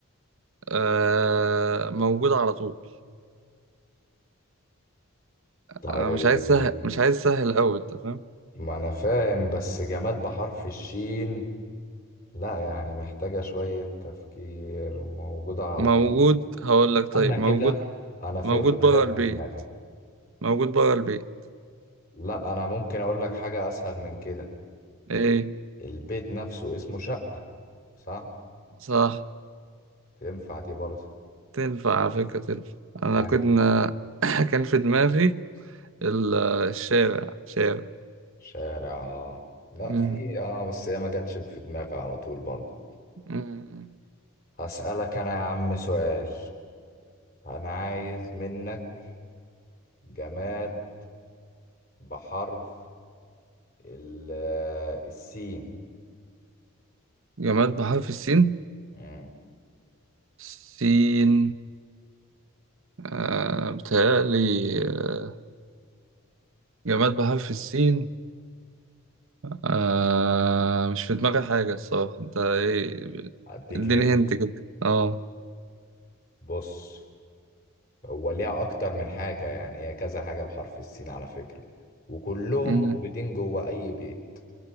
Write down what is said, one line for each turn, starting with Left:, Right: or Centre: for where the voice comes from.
Right: آه موجود على طول
Left: طيب
Right: آه مش عايز سهل مش عايز سهل قوي انت فاهم
Left: ما انا فاهم بس جماد بحرف الشين لا يعني محتاجة شوية تفكير موجودة على
Right: موجود
Left: طول
Right: هقول لك طيب
Left: انا
Right: موجود
Left: كده انا في
Right: موجود
Left: واحدة
Right: بره
Left: جت
Right: البيت
Left: في دماغي
Right: موجود بره البيت
Left: لا انا ممكن اقول لك حاجة اسهل من كده
Right: ايه
Left: البيت نفسه اسمه شقة صح
Right: صح
Left: تنفع دي برضه
Right: تنفع على فكرة تنفع أنا
Left: عادي.
Right: كنا <laughs> كان في دماغي ال- آه، الشارع شارع
Left: شارع اه لا
Right: مم.
Left: في اه بس هي ما جاتش في دماغي على طول برضه
Right: مم.
Left: هسألك أنا يا عم سؤال أنا عايز منك جماد بحرف ال- آه، السين
Right: جماد بحرف السين
Left: مم.
Right: سين آه بتهيألي آه، جماد بحرف السين آه مش في دماغي حاجة الصراحة أنت إيه
Left: أديك
Right: اديني
Left: هنا
Right: هنت كده أه
Left: بص هو ليها أكتر من حاجة يعني هي كذا حاجة بحرف السين على فكرة وكلهم
Right: مم.
Left: موجودين جوه أي بيت